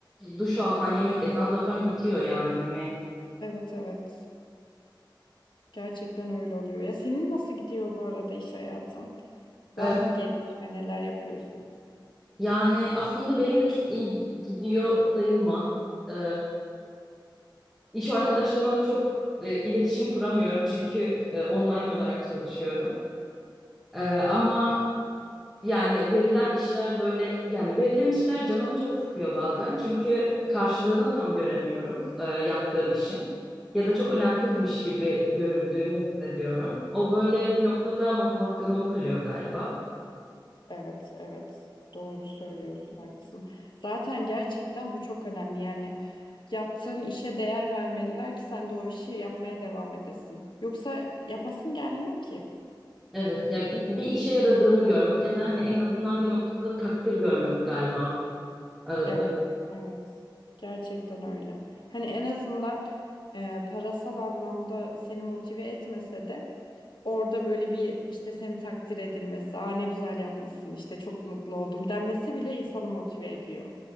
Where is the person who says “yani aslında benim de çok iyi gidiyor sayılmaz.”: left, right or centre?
Centre